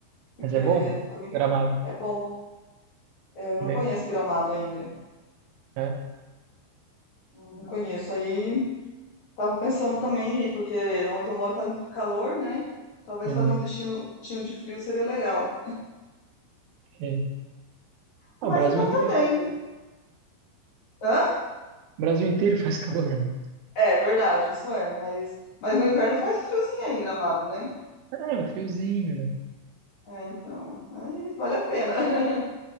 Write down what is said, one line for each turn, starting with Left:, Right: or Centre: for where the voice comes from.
Left: Porque
Right: Mas é bom. Gramado
Left: é bom, é, eu
Right: também,
Left: não conheço Gramado ainda.
Right: né?
Left: Não conheço. Aí tava pensando também em ir, porque onde eu moro faz muito calor, né? Talvez
Right: Uhum.
Left: fazer um destino, um destino de frio seria legal.
Right: É.
Left: Mas
Right: Ah, o Brasil
Left: então
Right: inteiro
Left: tá bem.
Right: faz calor.
Left: Hã?
Right: O Brasil inteiro <laughs> faz calor, né?
Left: É verdade, isso é. Mas, mas no inverno faz friozinho aí em Gramado, né?
Right: É, um friozinho, né?
Left: É, então, aí vale a pena. <laughs>